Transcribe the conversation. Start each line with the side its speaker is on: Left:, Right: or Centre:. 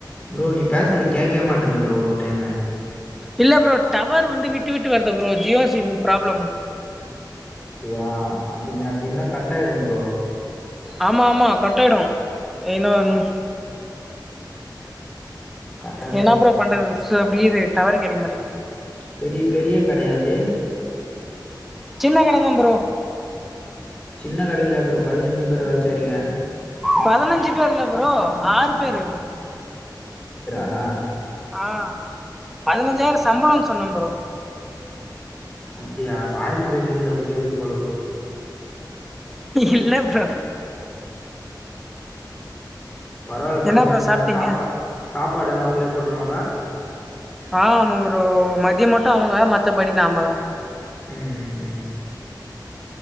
Left: ப்ரோ நீ பேசறது கேக்கவே மாட்டேந்து ப்ரோ ஒரு டைமு
Centre: இல்ல ப்ரோ டவர் வந்து விட்டு விட்டு வருது ப்ரோ ஜியோ சிம் ப்ராப்ளம்
Left: அப்டியா அப்டின்னா அப்டிருந்தா கட்டாயிடும்ப்ரோ
Centre: ஆமா ஆமா கட்டாயிடும் இன்னும்
Left: கரெக்டா
Centre: என்ன
Left: பேசுங்க
Centre: ப்ரோ பண்றது அப்டியே இது டவரு கெடைக்க மாட்டேங்குது
Left: பெரிய பெரிய கடையாது
Centre: சின்ன கட தாம்ப்ரோ
Left: சின்ன கடேல அப்றம் பதினஞ்சு பேரு வேல செய்றிங்க
Centre: பதினஞ்சு பேர் இல்ல ப்ரோ ஆறு பேரு
Left: ஆஹ்
Centre: ஆஹ் பதினஞ்சாயிரம் சம்பளனு சொன்னேம்ப்ரோ
Left: அப்டியா வாய்ஸூ பிரேக்கிங்ல அப்டி கேக்குது போல குரு
Centre: இல்ல ப்ரோ
Left: பரவாயில்ல பதினஞ்சாயிரம்
Centre: என்ன ப்ரோ சாப்ட்டீங்க
Left: சாப்பாடு சாப்பாடு எல்லாம் அவங்களே போட்டுருவாங்களா
Centre: ஆஹ் ஆமா ஒரு மதியம் மட்டும் அவங்க மத்தபடி நாமதான்
Left: ஹ்ம் ஹ்ம் ஹ்ம்